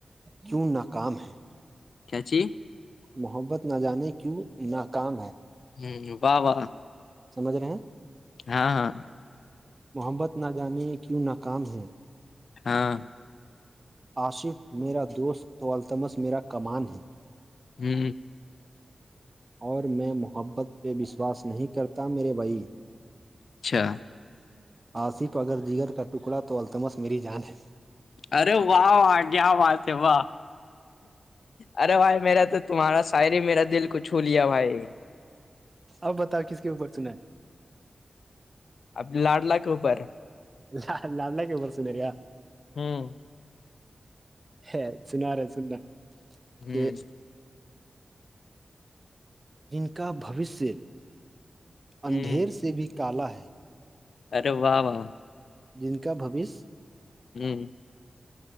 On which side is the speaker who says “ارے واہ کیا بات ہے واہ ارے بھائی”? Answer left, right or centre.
Left